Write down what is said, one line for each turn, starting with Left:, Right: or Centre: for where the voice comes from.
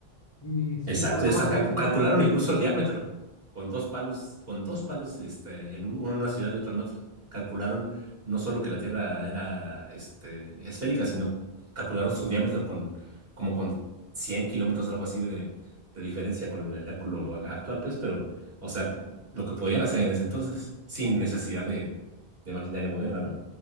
Left: Y sí,
Right: Exacto,
Left: ya hablaban
Right: y hasta
Left: de
Right: ca-
Left: eso en
Right: calcularon
Left: esa época.
Right: Sí. incluso el diámetro con dos palos, con dos palos, este, en un- uno en una ciudad y otro en otra. Calcularon no solo que la Tierra era, este, esférica, sino calcularon su diámetro con como con 100 kilómetros, algo así de, de diferencia con el cálculo a- actual, pues. Pero, o sea, lo que podían hacer en ese entonces sin necesidad de, de maquinaria moderna,